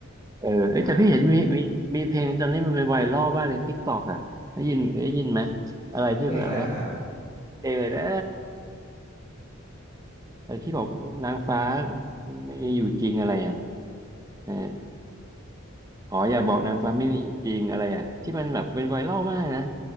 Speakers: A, on the right (about 15°); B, on the left (about 35°).
A: เออเอ้ยแต่พี่เห็นมีมีมีเพลงตอนนี้มันเป็นไวรัลบ้างในทิกตอกอ่ะได้ยินได้ยินไหม
B: ใช่
A: อะไรที่มันอะไรนะ
B: เพลงอะไรล่ะครับ
A: เพลงอะไรนะอะไรที่บอกนางฟ้าไม่อยู่จริงอะไรอ่ะเออขออย่าบอกนางฟ้าไม่มีอยู่จริงอะไรอ่ะที่มันแบบเป็นไวรัลมากนะ
B: หืม